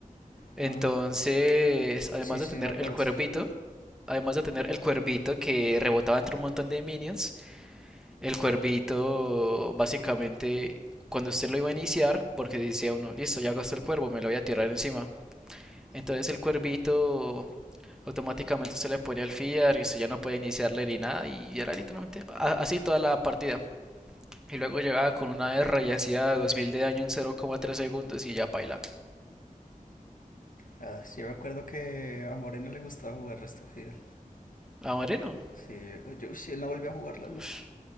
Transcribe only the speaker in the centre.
Entonces,
además
de tener
el cuervito, además de tener el cuervito que rebotaba entre un montón de minions, el cuervito básicamente cuando usted lo iba a iniciar, porque decía uno, listo, ya gastó el cuervo, me lo voy a tirar encima. Entonces el cuervito automáticamente usted le pone el feeder y usted ya no puede iniciarle ni nada y era literalmente así toda la partida. Y luego llegaba con una R y hacía 2000 de daño en 0,3 segundos y ya paila.
Ah, Moreno.
Ush.